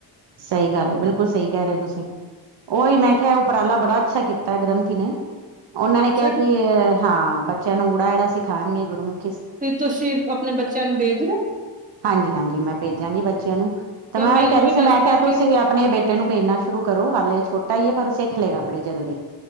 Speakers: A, on the right; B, on the right.
A: ਸਹੀ ਗੱਲ ਹੈ, ਬਿਲਕੁਲ ਸਹੀ ਕਹਿ ਰਹੇ ਹੋ ਤੁਸੀਂ। ਉਹੀ ਮੈਂ ਕਿਹਾ, ਉਪਰਾਲਾ ਬੜਾ ਅੱਛਾ ਕੀਤਾ ਗ੍ਰੰਥੀ ਨੇ। ਉਹਨਾਂ
B: ਅੱਛਾ
A: ਨੇ ਕਿਹਾ, ਕਿ
B: ਜੀ
A: ਹਾਂ ਬੱਚਿਆਂ ਨੂੰ ਓ, ਅ ਸਿਖਾਉਣਗੇ ਗੁਰਮੁਖ।
B: ਫਿਰ ਤੁਸੀਂ, ਆਪਣੇ ਬੱਚਿਆਂ ਨੂੰ ਭੇਜ ਰਹੇ ਹੋ?
A: ਹਾਂਜੀ -ਹਾਂਜੀ ਮੈਂ ਭੇਜਾਂਗੀ ਬੱਚਿਆਂ ਨੂੰ, ਤੇ
B: ਫਿਰ
A: ਮੈਂ
B: ਮੈਨੂੰ
A: ਉਹੀ ਕਹਿ ਰਹੀ
B: ਵੀ ਦੱਸਣਾ
A: ਸੀ ਮੈਂ ਕਿਹਾਹਿ
B: ਕਿ
A: ਤੁ ਸੀ ਵੀ ਆਪਣੇ ਬੇਟੇ ਨੂੰ ਭੇਜਨਾ ਸ਼ੁਰੂ ਕਰੋ। ਹਾਲੇ ਛੋਟਾ ਈ ਹੈ, ਪਰ ਸਿੱਖ ਲਏਗਾ ਬੜੀ ਜਲਦੀ।